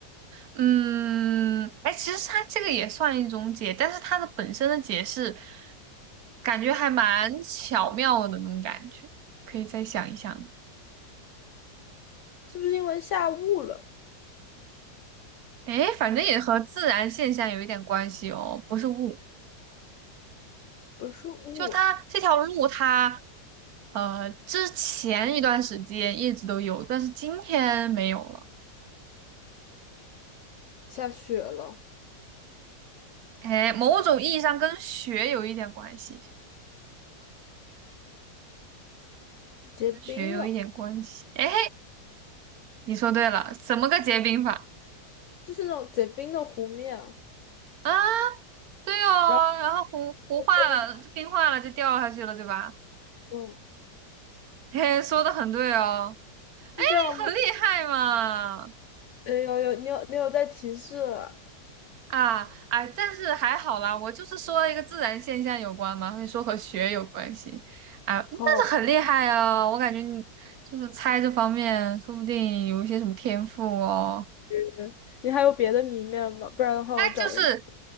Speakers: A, on the right (about 65°); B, on the left (about 85°).
A: 嗯，哎，其实它这个也算一种解，但是它的本身的解释感觉还蛮巧妙的那种感觉，可以再想一想。
B: 是不是因为下雾了？
A: 哎，反正也和自然现象有一点关系哦，不是物
B: 不是雾，
A: 就它这条路它，呃之前一段时间一直都有，但是今天没有了。
B: 下雪了，
A: 哎，某种意义上跟雪有一点关系，
B: 结冰了，
A: 跟雪有一点关系。哎，你说对了，怎么个结冰法
B: 就是那种结冰的湖面啊
A: 啊？对哦，
B: 然
A: 然后糊糊化了，
B: 后就就掉，
A: 就冰化了就掉下去了，对吧？
B: 嗯，
A: 嘿，说的很对哦，
B: 是这样吗？
A: 你很厉害嘛。
B: 哎呦呦，你有你有在提示了，
A: 啊，哎，但是还好啦，我就是说了一个自然现象有关嘛，会说和学有关系，啊，
B: 好
A: 但是很厉害啊，我感觉你就是猜这方面，说不定有一些什么天赋哦。
B: 晕，你还有别的谜面吗？不然的话，我找了一，
A: 就是